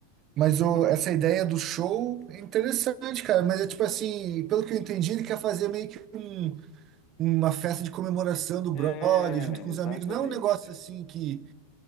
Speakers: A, on the right (about 35°); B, on the left (about 40°).
A: Mas
B: Fica
A: o,
B: massa.
A: essa ideia do show é interessante, cara. Mas é tipo assim, pelo que eu entendi, ele quer fazer meio que um- uma festa de comemoração do
B: É,
A: brother junto com os
B: exatamente.
A: amigos. Não é um negócio assim que,